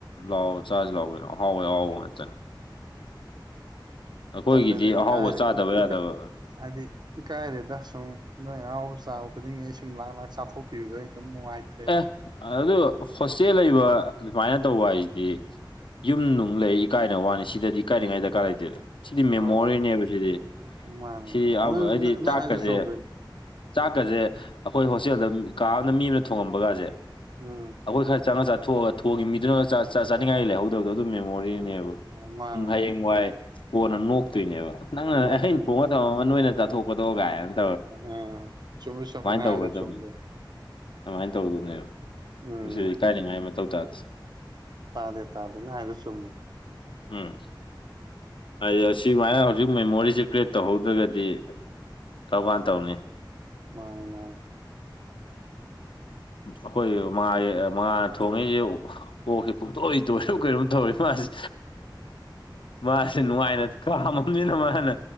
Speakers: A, on the left (about 85°); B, on the right (about 55°).
A: ꯂꯥꯛꯑꯣ ꯆꯥꯔꯖ ꯂꯥꯛꯑꯣꯦꯅꯣ ꯑꯍꯥꯎꯋꯦ ꯑꯍꯥꯎꯕ ꯉꯥꯛꯅꯦ ꯑꯩꯈꯣꯏꯒꯤꯗꯤ
B: ꯇꯜꯂꯦꯗ
A: ꯑꯍꯥꯎꯕ
B: ꯀꯥꯏ
A: ꯆꯥꯗꯕ ꯌꯥꯗꯕ
B: ꯏ ꯍꯥꯏꯗꯤ ꯏꯀꯥꯏꯔꯦꯗ ꯁꯨꯝ ꯅꯣꯏ ꯑꯍꯥꯎꯕ ꯆꯥꯕ ꯈꯨꯗꯤꯡꯒꯤ ꯑꯩ ꯁꯨꯝ ꯂꯥꯛ ꯂꯥꯛ ꯆꯥꯊꯣꯛꯄꯤꯕꯗꯣ ꯑꯩ ꯁꯨꯝ ꯅꯨꯡꯉꯥꯏꯇꯦ
A: ꯑꯦ ꯑꯗꯨ ꯍꯣꯁꯇꯦꯜ ꯂꯩꯕ ꯑꯗꯨꯃꯥꯏꯅ ꯇꯧꯕ ꯍꯥꯏꯁꯤꯗꯤ ꯌꯨꯝ ꯅꯨꯡ ꯂꯩ ꯏꯀꯥꯏꯅ ꯋꯥꯅꯤ ꯁꯤꯗꯗꯤ ꯀꯥꯏꯅꯉꯥꯏ ꯗꯔꯀꯥꯔ ꯂꯩꯇꯦꯗ ꯁꯤꯗꯤ ꯃꯦꯃꯣꯔꯤꯅꯦꯕ
B: ꯑꯣ
A: ꯁꯤꯗꯤ
B: ꯃꯥꯅꯦ
A: ꯁꯤꯗꯤ
B: ꯃꯥꯅꯦ ꯑꯗꯨ
A: ꯍꯥꯏꯗꯤ
B: ꯅꯪ
A: ꯆꯥꯛꯀꯁꯦ
B: ꯍꯥꯏꯗꯣ ꯆꯨꯝꯗꯣꯏꯅꯤ
A: ꯆꯥꯛꯀꯁꯦ ꯑꯩꯈꯣꯏ ꯍꯣꯁꯇꯦꯜꯗ ꯀꯥ ꯑꯃꯅ ꯃꯤ ꯑꯃꯅ ꯊꯣꯡꯉꯝꯕꯒꯥꯁꯦ
B: ꯎꯝ
A: ꯑꯩꯈꯣꯏ ꯈꯔ ꯆꯪꯉꯒ ꯆꯥꯣꯛꯑꯒ ꯊꯣꯡꯈꯤꯕ ꯃꯤꯗꯨꯅꯒ ꯆꯥꯅꯤꯡꯉꯥꯏ ꯂꯩ ꯍꯧꯖꯤ ꯑꯗꯨ ꯇꯗꯣ ꯑꯗꯨꯝ ꯃꯦꯃꯣꯔꯤꯅꯦꯕ
B: ꯃꯥꯅꯦ ꯃꯥꯅꯦ
A: ꯍꯌꯦꯡ ꯋꯥꯏ ꯀꯣꯟꯅ ꯅꯣꯛꯇꯣꯏꯅꯦꯕ ꯅꯪꯅ
B: ꯅꯣꯛꯀꯅꯨ
A: ꯑꯩꯅ ꯄꯣꯡꯉ ꯊꯧꯔꯒ ꯅꯣꯏꯅ ꯆꯠꯊꯣꯛꯀꯗꯧꯒꯥꯏ ꯍꯥꯏꯔ
B: ꯑ ꯆꯨꯝꯃꯤ ꯆꯨꯝꯃꯤꯅ
A: ꯇꯧꯒꯗꯕꯅꯤ
B: ꯍꯥꯏꯔꯦ ꯆꯨꯝꯗꯦ
A: ꯑꯗꯨꯃꯥꯏꯅ ꯇꯧꯒꯗꯕꯅꯦꯕ
B: ꯎꯝ
A: ꯄꯨꯁꯤ ꯏꯀꯥꯏꯅꯤꯡꯉꯥꯏ ꯃꯊꯧ ꯇꯥꯗ꯭ꯔꯦ
B: ꯇꯥꯗꯦ ꯇꯥꯗꯦꯅꯦ ꯍꯥꯏꯕ ꯆꯨꯝꯅꯦ
A: ꯑ ꯍꯥꯏ ꯁꯤꯃꯥꯏꯅ ꯍꯧꯖꯤꯛ ꯃꯦꯃꯣꯔꯤꯁꯦ ꯀ꯭ꯔꯤꯌꯦꯠ ꯇꯧꯍꯧꯗ꯭ꯔꯒꯗꯤ ꯇꯧꯀꯥꯟ ꯇꯧꯅꯤ
B: ꯃꯥꯅꯦ ꯃꯥꯅꯦ
A: ꯑꯩꯈꯣꯏ ꯃꯉꯥ ꯃꯉꯥꯅ ꯊꯣꯡꯉꯏꯁꯦ ꯑꯣꯛꯁꯤ ꯄꯨꯡꯇꯣꯏ ꯇꯣꯏꯔ ꯀꯩꯅꯣꯝ ꯇꯧꯔꯤ ꯃꯥꯁꯦ ꯃꯥꯁꯦ ꯅꯨꯡꯉꯥꯏꯅ ꯀꯥꯝꯃꯕꯅꯤꯅ ꯃꯥꯅ